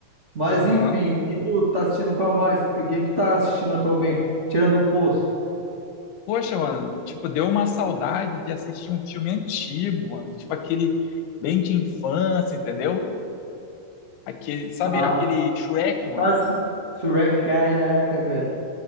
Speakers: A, on the right; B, on the left.
A: Mas
B: Aham.
A: enfim, e tu tá assistindo qual mais? O que, que tu tá assistindo atualmente? Tirando o Poço.
B: Poxa, mano, tipo, deu uma saudade de assistir um filme antigo, mano. Tipo aquele bem de infância, entendeu? Aquele, sabe
A: Ah,
B: aquele Shrek, mano?
A: tá assistindo Shrek, caraca, velho.